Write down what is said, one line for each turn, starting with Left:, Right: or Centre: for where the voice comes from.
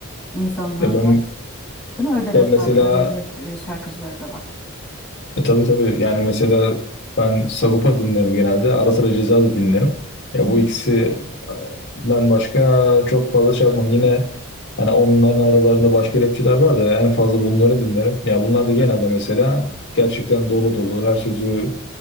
Centre: insanlığa
Left: ya ben
Centre: dair. Değil mi? Öyle rapler
Left: ben mesela
Centre: de, öyle rap e, şarkıcıları da var.
Left: E, tabii tabii yani mesela ben Sagopa dinlerim genelde. Ara sıra Ceza da dinlerim. Ya
Centre: Hı hı.
Left: bu ikisinden başka çok fazla şey yapmam. Yine hani onların aralarında başka rapçiler var da en fazla bunları dinlerim. Ya bunlar da genelde mesela gerçekten dolu dolu her sözü